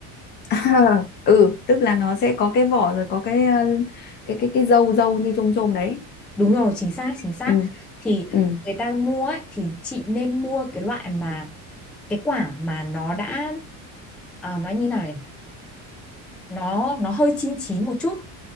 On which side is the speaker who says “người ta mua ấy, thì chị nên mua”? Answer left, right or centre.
Centre